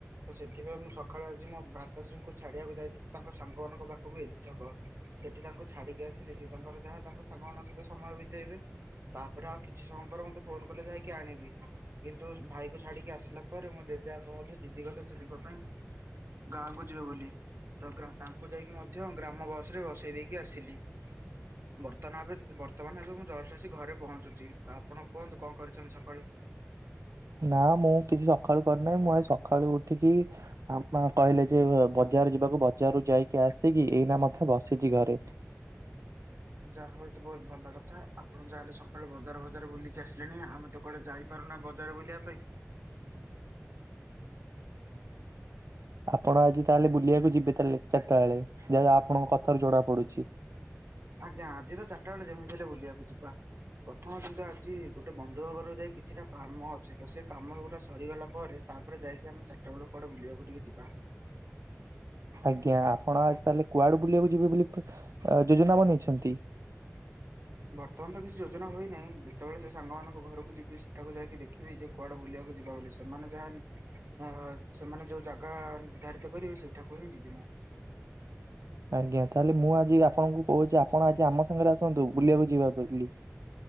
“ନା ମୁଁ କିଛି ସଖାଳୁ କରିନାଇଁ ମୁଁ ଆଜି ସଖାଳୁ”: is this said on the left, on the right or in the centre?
Right